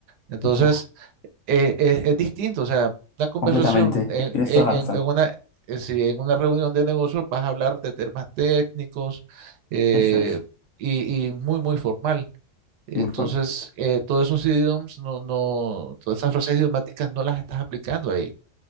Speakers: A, on the right; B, on the left.
A: Entonces,
B: ya,
A: eh, es, es distinto, o sea, una conversación
B: completamente.
A: en,
B: Tienes
A: en-
B: toda la razón.
A: en- en una... eh, Si en una reunión de negocios vas a hablar de temas técnicos eh,
B: Eso es,
A: y, y muy, muy formal. Entonces,
B: muy bueno.
A: eh, todos esos idioms, no, no, todas esas frases idiomáticas no las estás aplicando ahí.